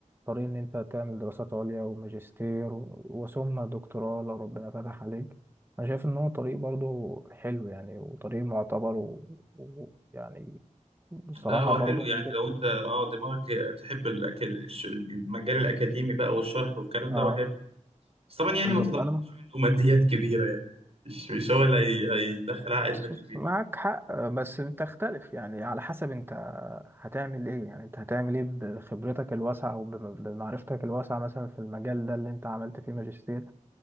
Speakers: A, on the right (about 15°); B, on the right (about 50°).
A: طريق ان انت تعمل دراسات عليا وماجستير و- وثم دكتوراه لو ربنا فتح عليك انا شايف ان هو طريق برضو حلو يعني وطريق معتبر ويعني و... و- يعني بصراحة
B: لا هو
A: برضو
B: حلو يعني
A: من ضمن
B: لو انت اه دماغك تحب الأكاد... الش- المجال الاكاديمي بقى والشرح والكلام
A: اه
B: ده هو حلو بس طبعا يعني
A: بالظبط
B: ما تتوقعش
A: انا
B: منه ماديات كبيره يعني مش مش هو اللي هي... هيدخل عائد
A: بص،
B: مادي كبير
A: معك حق بس بتختلف يعني على حسب انت هتعمل ايه يعني انت هتعمل ايه بخبرتك الواسعة وبمعرفتك الواسعة مثلا في المجال ده اللي انت عملت فيه ماجستير